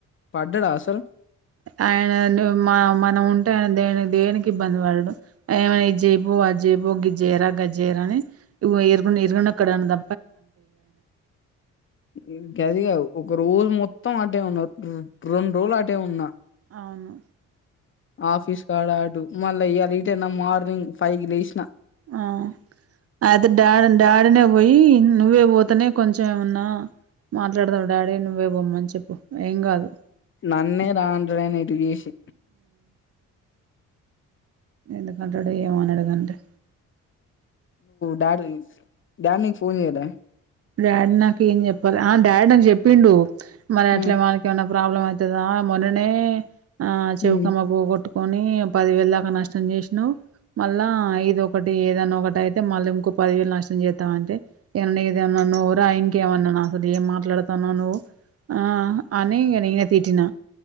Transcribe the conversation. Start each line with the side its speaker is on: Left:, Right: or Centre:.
Left: పడ్డడా అసలు
Right: ఆయన మనముంటే ఆయన దే దేనికి ఇబ్బంది బడడు ఇది బో అజ్జైబో గిజ్జైరా గజ్జైరా అని ఇగో ఇరుగున్ ఇరుగునక్కనండన్
Left: ఇంకదిగాదు రోజు మొత్తం అటే ఉన్నా రొండు రోజులు అటే ఉన్నా
Right: అవును
Left: ఆఫీస్ కాడ అడు మళ్ళ ఇయాల ఇటే నా మార్నింగ్ ఫైవ్ కి లేసినా
Right: ఆ అది డాడన్ డాడినే పొయ్యి నువ్వే పోతేనే కొంచెం ఏమన్నా మాట్లాడదావు డాడీ నువ్వే పొమ్మని చెప్పు ఏం కాదు
Left: నన్నే రాండ్రన్ ఇటుగేసి
Right: ఎందుకంటడు ఏమో నడుగండే
Left: డాడ్ డాడ్ నీకు ఫోన్ చేయడా
Right: డాడీ నాకేం జెప్పలే ఆ డాడ్ నాకు జెప్పిండు మరి అట్లే
Left: ఉ
Right: వానికేన్నా ప్రాబ్లమ్ అయితా మొన్ననే ఆ చెవుకమ్మ
Left: ఉ
Right: పోగొట్టు కోని పదివేలు దాకా నష్టం చేషినవ్ మళ్ళా ఇదొకటి ఏదైన్న ఒకటైతే మళ్ళింకో పదివేలు నష్టం చేత్త అంటే అదేన్నా నోరా ఇంకేమన్నన అసలు ఏం మాట్లాడతాన్నా నువ్వు ఆ అని ఇంగ నేంగ తిట్టిన